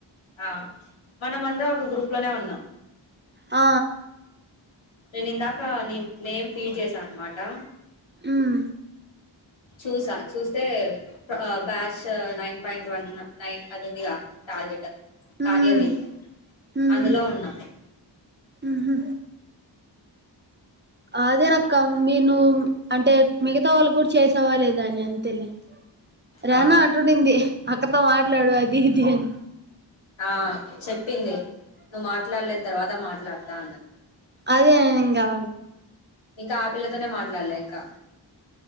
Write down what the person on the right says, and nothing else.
ఆ
మ్మ్
మ్మ్
మ్మ్
మ్హు అదేనక్క మీరు అంటే మిగతా వాళ్ళు కూడా చేసేవాలేదా అని అని తెలి రేనా
ఆటుడింది అక్కతో మాట్లాడు అది ఇది అని
అదేంగా